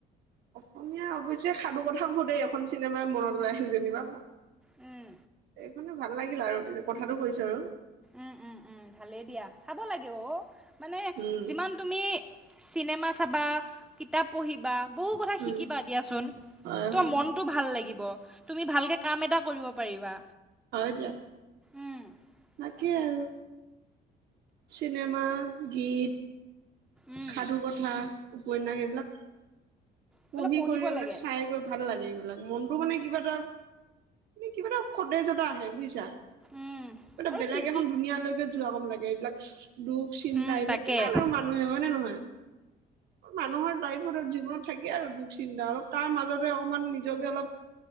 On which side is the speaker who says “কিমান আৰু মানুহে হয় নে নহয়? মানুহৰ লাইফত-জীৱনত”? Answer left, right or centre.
Right